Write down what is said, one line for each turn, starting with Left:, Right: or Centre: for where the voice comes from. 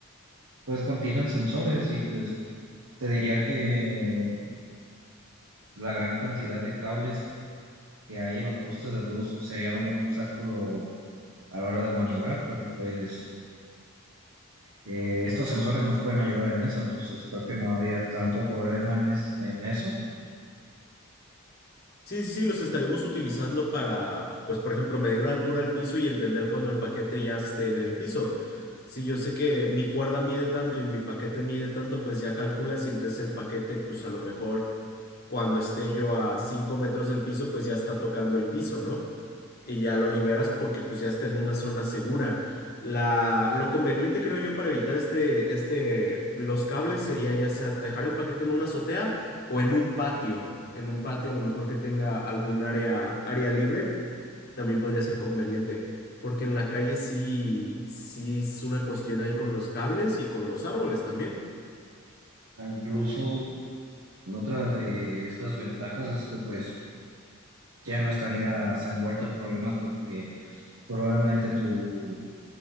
Right: pues contienen sensores y pues te diría que la gran cantidad de cables que hay en los postes de luz serían un obstáculo a la hora de maniobrar, pero pues eh, estos sensores nos pueden ayudar en eso, entonces creo que no había tanto problema en, es- en eso.
Left: Sí, sí, sí, los estaremos utilizando para, pues, por ejemplo, medir la altura al piso y entender cuando el paquete ya esté en el piso. Si yo sé que mi cuerda mide tanto y mi paquete mide tanto, pues ya calculas y entonces el paquete, pues a lo mejor cuando esté yo a 5 metros del piso, pues ya está tocando el piso, ¿no? y ya lo liberas porque pues ya está en una zona segura. La, lo conveniente creo yo para evitar este, este, los cables sería ya sea dejar el paquete en una azotea o en un patio, en un patio a lo mejor que tenga algún área, área libre, también podría ser conveniente, porque en la calle sí, sí es una cuestión ahí con los cables y con los árboles también.
Right: E incluso otra de estas ventajas es que pues ya no estarías envuelto en problemas porque probablemente tu